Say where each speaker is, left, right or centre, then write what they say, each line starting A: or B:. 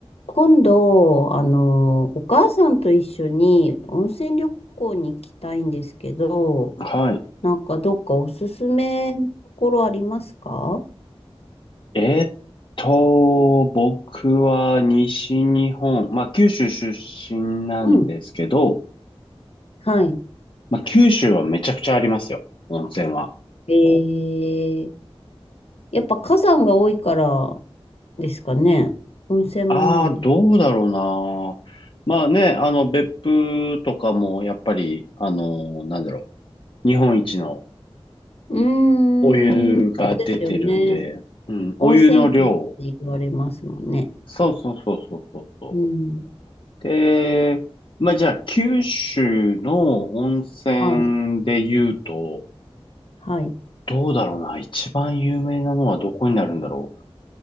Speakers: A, on the left (about 70°); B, on the left (about 50°).
A: 今度、あの、お母さんと一緒に温泉旅行に行きたいんですけど、
B: はい。
A: なんかどっかおすすめのところありますか
B: えーっと、僕は西日本、まあ九州出身なんですけど、
A: うん。はい。
B: まあ九州はめちゃくちゃありますよ、温泉は。
A: えー、やっぱ火山が多いからですかね。温泉も多いんです。
B: ああ、どうだろうな。まあね、あの別府とかもやっぱり、あの、なんだろう、日本一の
A: うーん、
B: お湯が出てるんで、
A: そうですよね。
B: うん、
A: 温泉県って言われますもんね。
B: お湯の量。そうそうそうそうそうそう。
A: うん。
B: で、まあじゃあ九州の温泉で言うと、
A: はい。はい。
B: どうだろうな。一番有名なのはどこになるんだろ